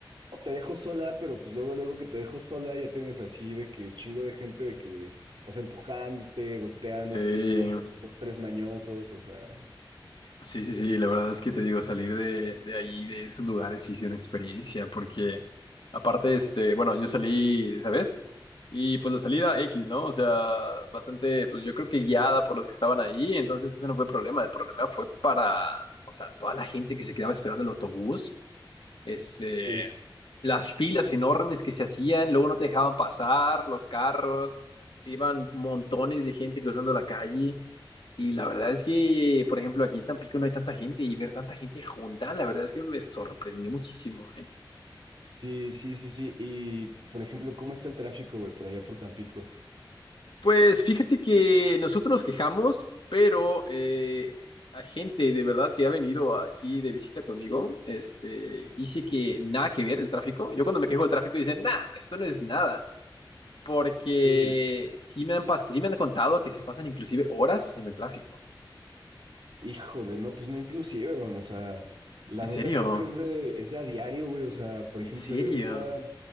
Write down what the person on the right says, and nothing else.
o te dejo sola, pero pues luego, luego que te dejo sola ya tienes así de que chingo de gente de que, o sea, empujándote, golpeándote,
luego pues dos, tres mañosos, o sea,
sí.
Sí, sí, sí, sí. Y, por ejemplo, ¿cómo está el tráfico, güey, por allá por Tampico?
Sí,
híjole, no, pues no inclusive, hermano, o sea, la
neta
creo que es de, es de a diario, güey, o sea, por
ejemplo,
yo ahorita,